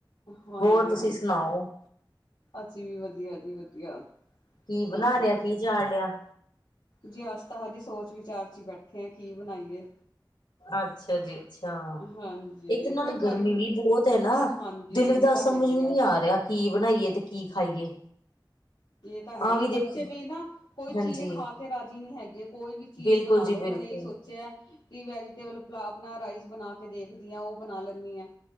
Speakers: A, on the left; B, on the left.
A: ਹਾਂਜੀ
B: ਹੋਰ ਤੁਸੀਂ
A: ਹਾਂਜੀ
B: ਸੁਣਾਓ?
A: ਅਸੀਂ ਵੀ ਵਧੀਆ ਜੀ ਵਧੀਆ,
B: ਕੀ ਬਣਾ
A: ਸਭ ਵਧੀਆ।
B: ਲਿਆ ਕੀ ਚਾੜ ਲਿਆ?
A: ਜੀ ਅਸ ਤਾਂ ਹਜੇ ਸੋਚ ਵਿਚਾਰ 'ਚ' ਈ ਬੈਠੇ ਆਂ ਕੀ ਬਣਾਈਏ।
B: ਅੱਛਾ ਜੀ। ਅੱਛਾ,
A: ਹਾਂਜੀ
B: ਇੱਕ ਨਾਲੇ
A: ਕਿਉਂ ਗਰਮ
B: ਗਰਮੀ ਵੀ ਬਹੁਤ ਐ ਨਾ,
A: ਹਾਂਜੀ
B: ਦਿਲ
A: ਇਹ
B: ਦਾ
A: ਤਾਂ
B: ਸਮਝ
A: ਹੈ ਹੀ
B: ਵੀ
A: ਹੈ।
B: ਨਹੀਂ ਆ ਰਿਹਾ। ਕੀ ਬਣਾਈਏ, ਤੇ ਕੀ ਖਾਈਏ।
A: ਗੇ ਤਾਂ ਹੈਗੀ
B: ਆਹ ਵੀ
A: ਆ,
B: ਦੇਖੋ
A: ਬੱਚੇ ਵੀ ਨਾ ਕੋਈ
B: ਹਾਂਜੀ
A: ਚੀਜ਼ ਖਾਕੇ ਰਾਜ਼ੀ ਨਹੀਂ ਹੈਗੇ, ਕੋਈ ਵੀ ਚੀਜ਼
B: ਬਿਲਕੁਲ
A: ਬਣਾ
B: ਜੀ
A: ਲਓ,
B: ਬਿਲਕੁਲ
A: ਹੁਣ ਇਹੀ ਸੋਚਿਆ। ਕੀ ਵੈਜੀਟੇਬਲ ਪਲਾ, ਆਪਣਾ ਰਾਈਸ ਬਣਾਕੇ ਦੇਖਦੀ ਹਾਂ, ਉਹ ਬਣਾ ਲੈਂਨੀ ਆਂ।